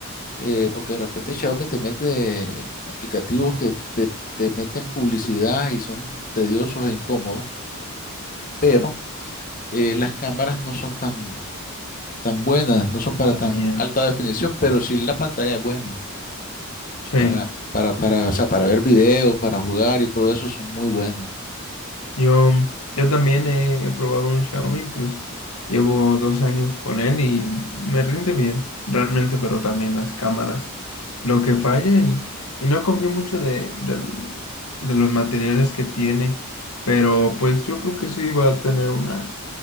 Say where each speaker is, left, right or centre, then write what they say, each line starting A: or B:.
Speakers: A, on the left; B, on the left.
A: eh, porque de repente Xiaomi te mete aplicativos que te, te meten publicidad y son tediosos e incómodos, pero eh, las cámaras no son tan, tan buenas, no son para
B: también.
A: tan alta definición, pero sí la pantalla es buena.
B: Sí,
A: Para, para, para, o sea, para ver videos, para jugar y todo eso son muy buenos.
B: yo, yo también he, he probado un Xiaomi, pues llevo dos años con él y me rinde bien, realmente, pero también las cámaras, lo que falla y, y no confío mucho de, del- de los materiales que tiene, pero pues yo creo que sí va a tener una,